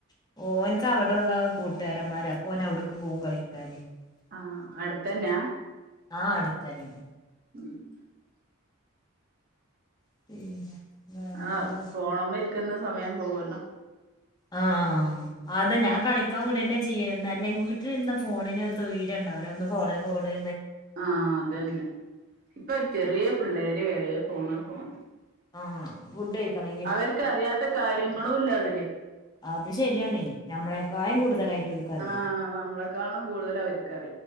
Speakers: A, on the left; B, on the right.
A: <unintelligible>
B: ആഹ് അടുത്ത് തന്നെയാ.
A: ആ അടുത്ത് തന്നെയാ.
B: <unintelligible>
A: <unintelligible> വേറെന്താ
B: ആഹ് ഫോണമ്മേ ഇരിക്കുന്ന സമയം പോവല്ലോ
A: ആ ആന്തയ് ഞാൻ കാണി ക്കാൻ വിടല്ലെ ചെയ്യ വീട്ടിലിരുന്ന ഫോണിന് ഒര് സ്വൈര്യം ണ്ടാവൂല ഒന്ന് ഫോണ് ഫോണ്
B: ആ അതന്നെ ഇപ്പൊ ചെറിയ പിള്ളേര് വരെ ഫോണ് ഫോണ്
A: ആഹ് ഫുഡ്കഴിക്കണോ
B: അവർക്ക് അറിയാത്ത കാര്യങ്ങളും ഇല്ല അതിൽ
A: അത് ശരിയാണ് ഞമ്മളെക്കായം കൂടുതലായിട്ട് ഇവർക്കറിയാം
B: ആഹ് നമ്മളെക്കാളും കൂടുതൽ അവർക്കറിയാം